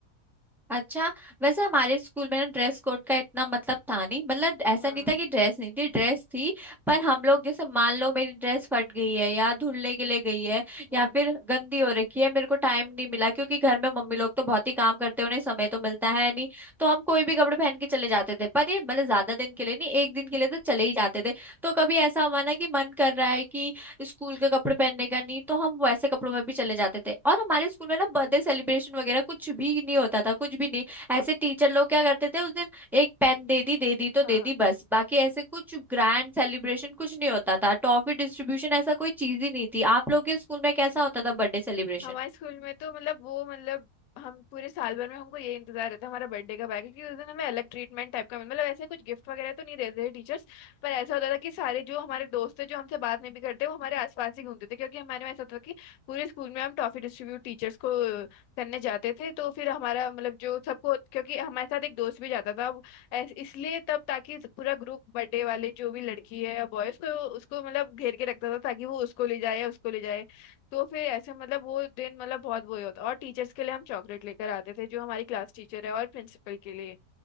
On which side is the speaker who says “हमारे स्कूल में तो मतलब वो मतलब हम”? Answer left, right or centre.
Left